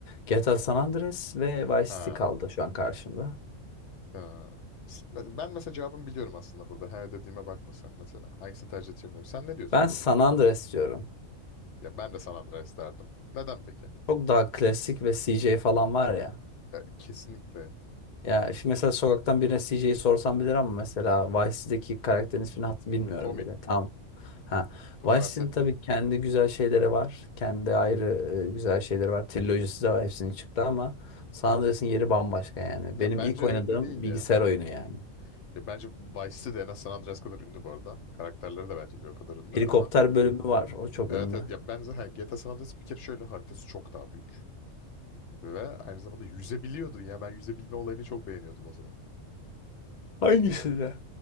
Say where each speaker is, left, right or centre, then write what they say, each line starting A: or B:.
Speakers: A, on the left; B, on the left.
A: GTA San Andreas ve Vice
B: Ha.
A: City kaldı şu an karşımda.
B: Ha. Ben ben mesela cevabımı biliyorum aslında burada. Her dediğime bakma sen mesela. Hangisini tercih edeceğim Sen ne diyorsun
A: Ben
B: mesela?
A: San Andreas diyorum.
B: Ya ben de San Andreas derdim. Neden peki?
A: Çok daha klasik ve CJ falan var ya.
B: Ya kesinlikle.
A: Ya şimdi mesela sokaktan birine CJ'yi sorsam bilir ama mesela Vice City'deki karakterin ismini hat bilmiyorum
B: Tommy.
A: bile. Tam. Ha.
B: Tommy
A: Vice
B: Vercetti.
A: City'nin tabii kendi güzel şeyleri var. Kendi ayrı e, güzel şeyleri var. Trilojisi de var. Hepsinin çıktı ama San Andreas'ın yeri bambaşka yani.
B: Ya
A: Benim
B: bence
A: ilk oynadığım
B: öyle değil
A: bilgisayar
B: ya. Hani
A: oyunu yani.
B: ya bence Vice City de en az San Andreas kadar ünlü bu arada. Karakterleri de bence bir o kadar ünlü
A: Helikopter
B: ama
A: bölümü var. O çok
B: evet,
A: ünlü.
B: evet, ya ben zaten GTA San Andreas bir kere şöyle haritası çok daha büyük. Ve aynı zamanda yüzebiliyordun ya. Ben yüzebilme olayını çok beğeniyordum o zaman.
A: Hangisi de?